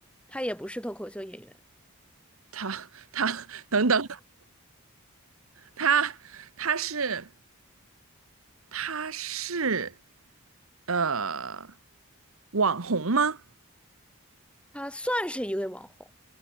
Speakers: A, in the centre; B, on the right.
A: 他也不是脱口秀演员，
B: 他他 <laughs> 等等，他他是他是呃网红吗？
A: 他算是一位网红。